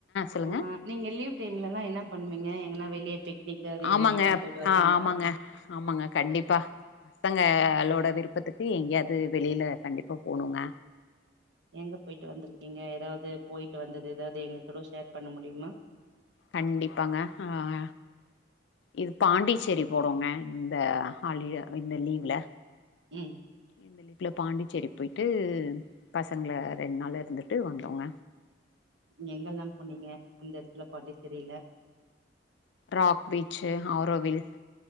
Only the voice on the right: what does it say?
ஆ நீங்க லீவ் டைம்ல எல்லா என்னா பண்வீங்க எங்கன்னா வெளிய பிக்னிக்கு அது இதுன்
எங்கனா போயிட்டு வருவீங்களா
எங்க போயிட்டு வந்துருக்கீங்க எதாவது போயிட்டு வந்தது எதாவது எங்ககுட ஷேர் பண்ண முடியுமா
ம்
ங்க எங்கெல்லா போனீங்க அந்த எடத்ல பாண்டிச்சேரியில